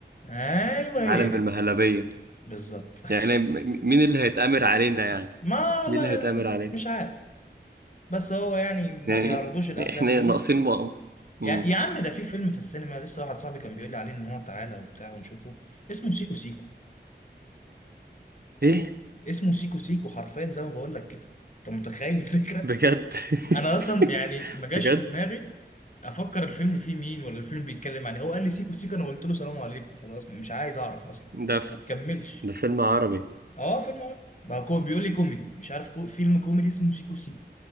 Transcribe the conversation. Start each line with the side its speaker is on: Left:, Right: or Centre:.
Left: ايوه
Right: عالم
Left: هي دي
Right: المهلبيه
Left: بالظبط
Right: يعني م- م- مين اللي هيتأمر علينا يعني
Left: <laughs> ما والله
Right: مين اللي هيتأمر علينا
Left: مش عارف بس هو يعني ما
Right: يعني
Left: بيعرضوش الافلام
Right: يعني احنا
Left: دي
Right: ناقصين مؤامرة مم.
Left: يعني يا عم ده في فيلم في السينما لسه واحد صاحبي كان بيقول لي عليه ان هو تعالى وبتاع ونشوفه اسمه سيكو سيكو
Right: ايه
Left: اسمه سيكو سيكو حرفيا زي ما بقول لك كده انت متخيل الفكره
Right: بجد <laughs>
Left: انا اصلا يعني ما جاش
Right: بجد
Left: في دماغي افكر الفيلم فيه مين ولا الفيلم بيتكلم عن إيه. هو قال لي سيكو سيكو انا قلت له سلام عليكم خلاص مش عايز اعرف اصلا
Right: ده ف...
Left: ما تكملش
Right: ده فيلم عربي
Left: اه فيلم عربي. ما هو كو- بيقول لي كوميدي مش عارف كو... فيلم كوميدي اسمه سيكو سيكو